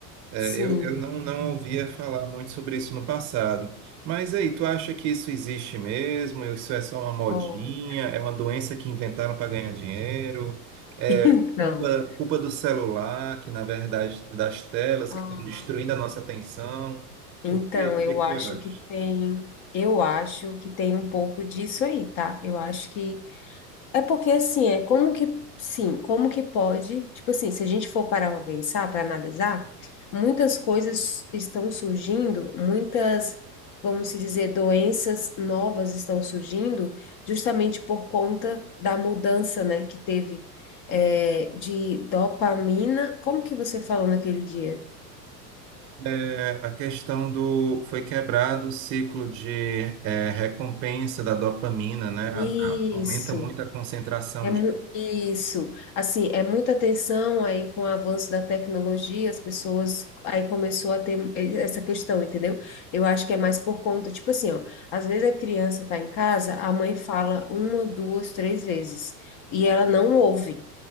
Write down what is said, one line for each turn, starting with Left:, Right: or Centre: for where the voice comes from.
Right: É,
Left: Sim.
Right: eu, eu não, não ouvia falar muito sobre isso no passado. Mas aí, tu acha que isso existe mesmo? Isso é só uma modinha?
Left: Olha,
Right: É uma doença que inventaram para ganhar dinheiro? É
Left: Então.
Right: culpa, culpa do celular, que na verdade, das telas,
Left: Ah,
Right: que estão destruindo a nossa atenção?
Left: Então,
Right: O que, o
Left: eu
Right: que é que
Left: acho
Right: tu acha?
Left: que tem, eu acho que tem um pouco disso aí, tá? Eu acho que é porque assim, é como que, sim, como que pode, tipo assim, se a gente for parar para pensar, para analisar, muitas coisas estão surgindo, muitas, vamos se dizer, doenças novas estão surgindo justamente por conta da mudança, né, que teve é, de dopamina. Como que você falou naquele dia?
Right: É, a questão do... Foi quebrado o ciclo de é, recompensa da dopamina, né? A-
Left: Isso.
Right: a- aumenta muito a concentração
Left: É mu-
Right: de...
Left: isso, assim, é muita atenção aí com o avanço da tecnologia, as pessoas aí começou a ter e- essa questão, entendeu? Eu acho que é mais por conta, tipo assim, ó, às vezes a criança tá em casa, a mãe fala uma, duas, três vezes e ela não ouve,